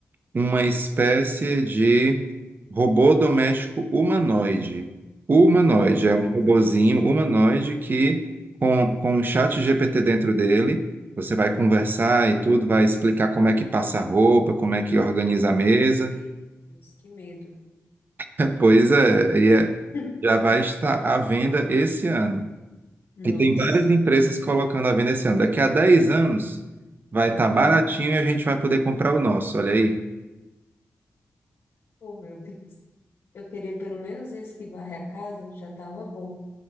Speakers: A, on the right; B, on the left.
A: uma espécie
B: Hum.
A: de robô doméstico humanoide. Humanoide,
B: Nossa,
A: é um robozinho humanoide que, com, com um chat GPT dentro dele, você vai conversar e tudo, vai explicar como é que passa a roupa, como é que organiza a mesa.
B: meu Deus, que medo.
A: É, Pois é, e é-
B: <laughs>
A: já vai estar à venda esse ano.
B: Nossa.
A: E tem várias empresas colocando à venda esse ano. Daqui a 10 anos vai estar baratinho
B: Hum,
A: e a gente vai poder comprar o nosso, olha aí.
B: Oh, meu Deus. Eu queria pelo menos esse que varre a casa, já tava bom,